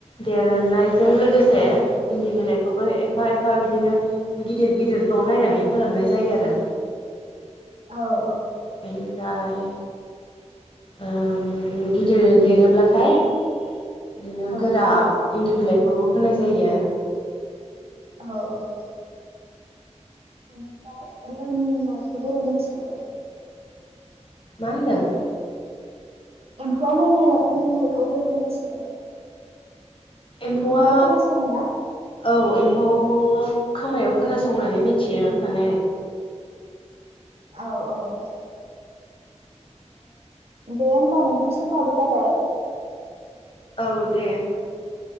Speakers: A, on the left (about 45°); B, on the right (about 55°).
A: देरनायजों लोगोसे इन्दि बिलाइखौबो एफा एफा बिदिनो गिदिर गिदिरखौ नायनानै होलांनाय जायो आरो
B: औ औ
A: बेनिफ्राय ओ गिदिर देरोब्लाथाय बिदिनो
B: औ
A: गोरा इन्दि बिलाइखौ होनाय जायो
B: औ औ बेनिफ्राय उनखौ बोरै मोनसो
A: मा होनदों
B: एम्फौआ मोन मोननायखौ बोरै मोनथियो
A: एम्फौआ
B: खोमायाव खोनासङो ना?
A: औ एम्फौ खोमायाव खोनासंनानै मिथियो माने
B: औ औ दे होमबा नोंथां समाबो जाबाय
A: औ दे